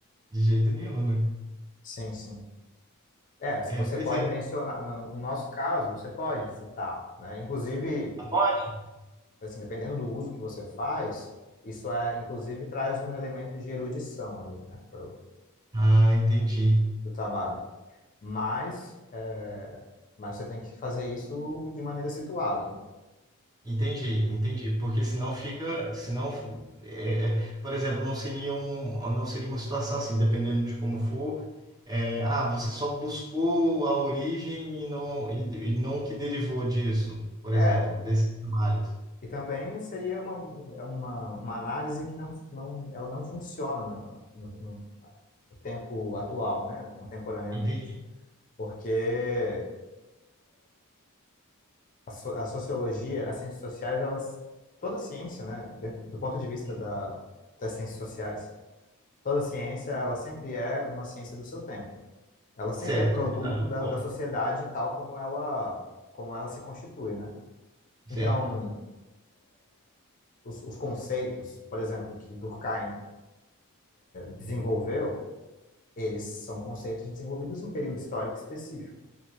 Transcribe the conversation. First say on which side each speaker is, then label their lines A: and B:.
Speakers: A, on the right; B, on the left.
A: de jeito nenhum, né?
B: sim, sim. É, se
A: É,
B: você
A: pois
B: pode
A: é.
B: mencionar, no no nosso caso, você pode citar, né? Inclusive,
A: Pode?
B: assim, dependendo do uso que você faz, isso é, inclusive, traz um elemento de erudição ali, né, para o
A: Ah, entendi.
B: trabalho. Mas, é, mas você tem que fazer isso de maneira situada, né?
A: Entendi, entendi, porque senão fica, senão, é, é, por exemplo, não seria um, não seria uma situação assim, dependendo de como for, é, ah, você só buscou a origem e não, e, e não o que derivou disso, por
B: É,
A: exemplo, desses trabalhos.
B: e também seria uma, é uma, uma análise que não, não, ela não funciona na- no, no- na- no tempo atual, né? Contemporaneamente.
A: Entendi.
B: Porque a, so- a sociologia, as ciências sociais, elas, toda ciência, né? Dentro, do ponto de vista
A: Hum,
B: da, das ciências sociais, toda ciência, ela sempre é uma ciência do seu tempo. Ela sempre
A: Certo,
B: é produto
A: é verdade, concordo.
B: da, da sociedade tal como ela, como ela se constitui, né?
A: certo,
B: Então, os, os conceitos, por exemplo, que Durkheim desenvolveu, eles são conceitos desenvolvidos em um período histórico específico.